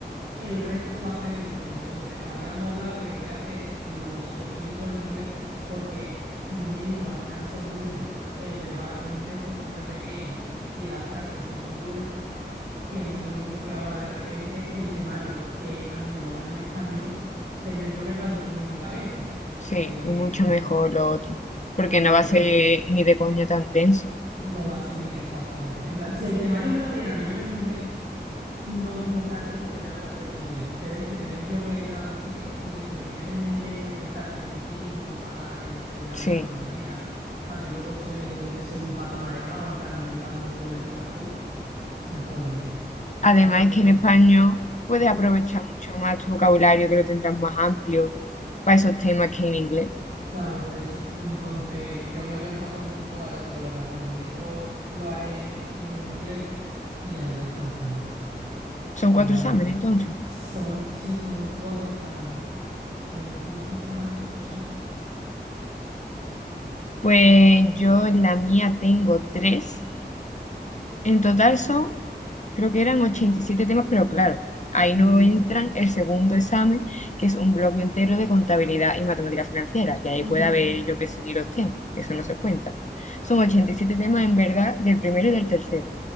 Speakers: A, on the right; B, on the left.
A: el resto va a ser en otro. Entonces, habíamos hablado de que voy a hacer lo psicotécnico en inglés porque numérico al final son números, el verbal es un texto súper pequeño y el abstracto son figuras que no es lo mismo que ahora de repente el temario que a mí me lo dan en español, tener yo que traducirlo en mi cabeza.
B: sí,
A: Eh,
B: es mucho
A: no,
B: mejor lo otro, porque
A: olvídate,
B: no va a ser ni de coña tan denso.
A: no va a ser ni exactamente. En plan, si el temario me lo dieran ellos en inglés, no me importaría porque ya me lo aprendo en inglés, pero es que tener yo que traducirlo y que se me queden en medio pechas de tecnicismos, palabras que no se dirán
B: Sí.
A: de alguna manera, para que luego suene como que soy un pato mareado, en plan inventándome cómo decir las cosas, mejor no.
B: Además
A: Así que...
B: es que en español puedes
A: mm.
B: aprovechar mucho más tu vocabulario, que lo tendrás más amplio para esos temas que en inglés.
A: Claro, por eso. Entonces, yo había pensado con mi tutora eso, que los razonamientos lo haré en inglés y el resto en español.
B: Son
A: Pero
B: cuatro
A: vaya,
B: exámenes, entonces.
A: son, sí, son cuatro exámenes. El digital, sí.
B: Pues yo en la mía tengo tres. En total son creo que eran 87 temas, pero claro, ahí
A: Ujú,
B: no entran el segundo examen, que es un bloque entero de contabilidad y matemática financiera, y ahí
A: ujú,
B: puede haber, yo qué sé, ni los temas, eso no se cuenta. Son 87 temas en verdad del primero y del tercero,